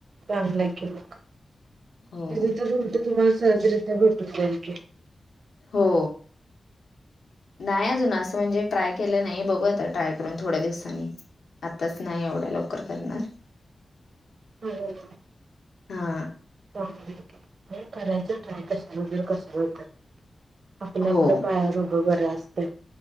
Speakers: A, on the right; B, on the left.
A: चांगला आहे की, मग
B: हो
A: तिथं तर तुम्हाला सहजरित्या भेटून जाईल की
B: हो नाय अजुन असं म्हणजे ट्राय केलं नाही, बघू आता ट्राय करून थोड्या दिवसांनी. आताच नाही एवढ्या लवकर करणार <inaudible>
A: होय होय होय
B: हा
A: हो हे करायचं ट्राय, कसलं होतंय कसलं होतंय... आपल्या-आपल्या
B: हो
A: पायावर उभं बरं असतंय.